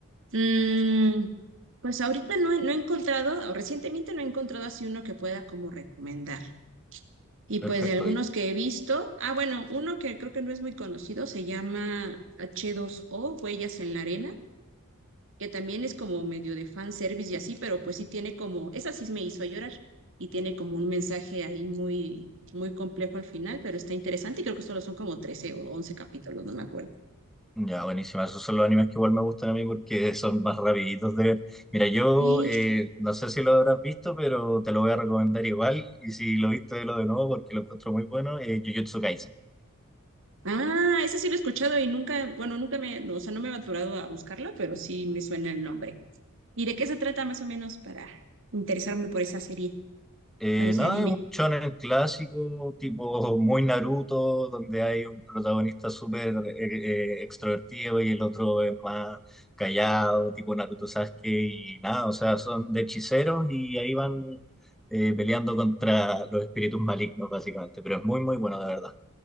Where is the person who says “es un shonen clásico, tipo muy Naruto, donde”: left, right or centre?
Centre